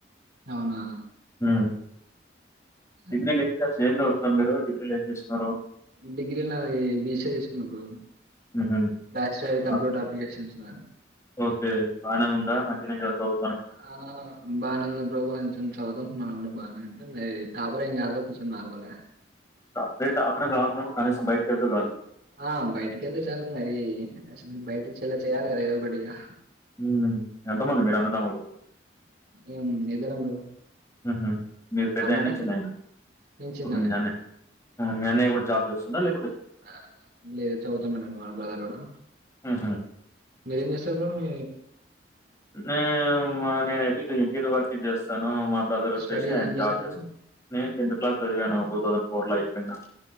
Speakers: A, on the right; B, on the left.
A: అవునా
B: హ్మ్మ్
A: ఆ,
B: డిగ్రీ లేచర్స్ ఏం చదువుతూ తరు మీరు డిగ్రీలు ఏం చేస్తున్నారు
A: డిగ్రీ నా బిసఏ తీసుకున్న బ్రో
B: హుహు.
A: బ్యాచలర్ కంప్యూటర్
B: ఆ!
A: అప్లికేషన్స్ను
B: ఓకే బాగానే ఉందా మంచిగానే జదుతవ్
A: ఆ బానుంది బ్రో కొంచెం చదుతాం మనం కూడా బా నేనంటే ఏ టాపర్ ఎం కాదు కొంచెం నార్మలే
B: గ బే టాపర్ కాకపోయినా కనీసం బైటకెళ్తే చాలు
A: ఆ బయటికెళ్తే చాలు మరి కనీసం బయటి చెల్లా చెయాల కదే కొద్దిగా
B: హ్మ్మ్ ఎంతమంది మీరు అన్నదమ్ములు
A: మేం ఇద్దరం బ్రో
B: హ్మ్మ్ మీరు పెద్దయినా
A: అన్న నేను
B: చిన్నయినా
A: నేను చిన్న
B: ఒకే మీ
A: నేను
B: అన్నయ్ మీ అన్నయ్ కూడా జాబ్ చేస్తా డలే
A: ఆ లేదు చదువుతున్నాడు మన బ్రదర్ కూడా
B: హుహు.
A: మీరేం చేస్తారు మీ
B: నేమా నేనయితే ఇక వర్క్ చేస్తా తను మా బ్రదర్ వచ్చేసి
A: స్టడీ
B: ఆయన
A: ఏం
B: జాబ్
A: చేస్తారు
B: చేస్తాను
A: బ్రో
B: నేను టెన్త్ క్లాస్ చదివేను టూ తౌసండ్ ఫోర్ లాయిపోయినా